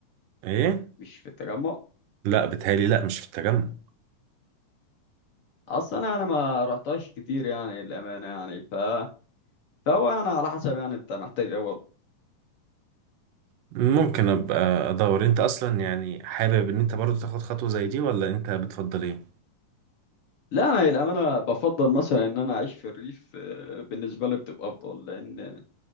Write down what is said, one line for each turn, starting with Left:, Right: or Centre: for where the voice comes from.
Right: إيه؟
Left: مش في التجمع
Right: لأ بتهيألي لأ مش في التجمع
Left: أصلا أنا أنا ما رحتهاش كتير يعني الأمانة يعني ف... فهو أنا على حسب يعني أنت محتاج إيه برضه
Right: ممكن أبقى أدور أنت أصلا يعني حابب إن أنت برضو تاخد خطوة زي دي ولا أنت بتفضل إيه؟
Left: لا أنا الأمانة بفضل مثلا إن أنا أعيش في الريف آه، بالنسبة لي بتبقى أفضل لأن